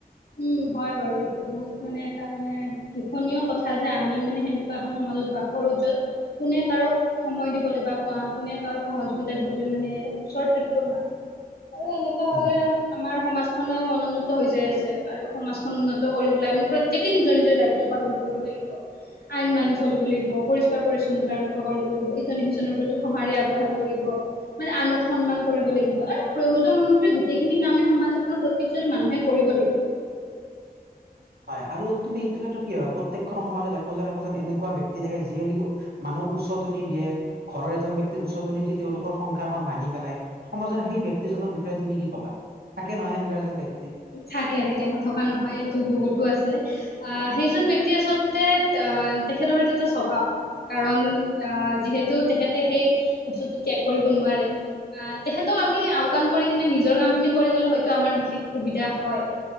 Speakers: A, on the left; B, on the right.
A: উম, হয় বাৰু এইটো বহুত মানে এটা মানে দুখনীয় কথা যে আমি মানে সেনেকুৱা এখন সমাজত বাস কৰো য'ত কোনে কাৰো সময় দিবলৈ বা কোনে কাৰো সহযোগিতা দিবলৈ মানে ওচৰত থাকিব নোৱাৰে। আৰু এনেকুৱা হলে
B: উম
A: আমাৰ সমাজখনেও অনুনত হৈ যাই আছে আৰু সমাজখন উন্নত কৰিবলৈ আমি প্ৰত্যেকে নিজৰ নিজৰ দায়িত্ব পালন কৰিব লাগিব। আইন মানি চলিব লাগিব পৰিষ্কাৰ পৰিচ্ছন্নতা ৰক্ষা কৰিব লাগিব ইজনে সিজনৰ প্ৰতি সঁহাৰি আগবঢ়াব লাগিব। মানে আনক সন্মান কৰিব লাগিব আৰু প্ৰয়োজন অনুসৰি গোটেইখিনি কামে সমাজ এখনৰ প্ৰতি প্ৰত্যেকজনে মানুহে কৰিব লাগিব
B: হয় আৰু তুমি এইটো ক্ষেত্ৰত কি হয় প্ৰত্যেকখন সমাজত এশজন এশজন এনেকুৱা ব্যক্তি থাকে যিয়ে নেকি মানুহ উচতনি দিয়ে ঘৰৰ এজন ব্যক্তিক উচতনি দি তেওঁলোকৰ সংসাৰখন ভাঙি পেলাই। সমাজৰ সেই ব্যক্তিজনৰ বিষয়ে তুমি কি কবা? থাকে নহয় এনেকুৱা এজন ব্যক্তি।
A: থাকে থাকে নথকা নহয় এইটো বহুতো আছে। আহ সেইজন ব্যক্তি আচলতে আহ তেখেতৰ যিটো স্বভাৱ কাৰণ আ যিহেতু তেখেতে সেই বস্তুটো ত্যাগ কৰিব নোৱাৰে। আহ তেখেতক আমি আওকাণ কৰি কিনে নিজৰ কামখিনি কৰি গলে হয়তো আমাৰ বিশেষ সুবিধা হয়।